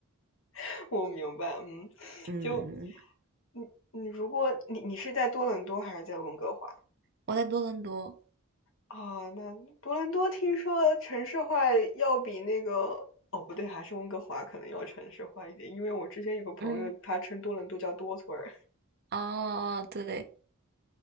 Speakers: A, on the left; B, on the right.
A: <laughs> 我明白，嗯，
B: 嗯，
A: 就你你如果你你是在多伦多还是在温哥华？
B: 我在多伦多。
A: 啊，那多伦多听说城市化要比那个，哦，不对，还是温哥华可能要城市化一点，因为我之前有个朋友，
B: 嗯，
A: 他称多伦多叫多村儿。
B: 哦，对，